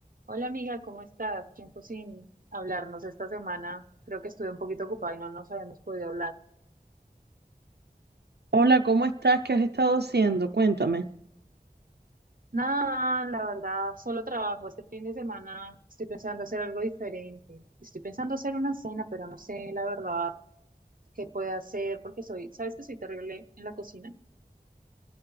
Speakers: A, on the right; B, on the right.
A: Hola amiga, ¿cómo estás? Tiempo sin hablarnos esta semana. Creo que estuve un poquito ocupada y no nos habíamos podido hablar.
B: Hola, ¿cómo estás? ¿Qué has estado haciendo? Cuéntame.
A: Nada, la verdad, solo trabajo. Este fin de semana estoy pensando hacer algo diferente. Estoy pensando hacer una cena, pero no sé la verdad qué puedo hacer porque soy, ¿sabes que soy terrible en la cocina?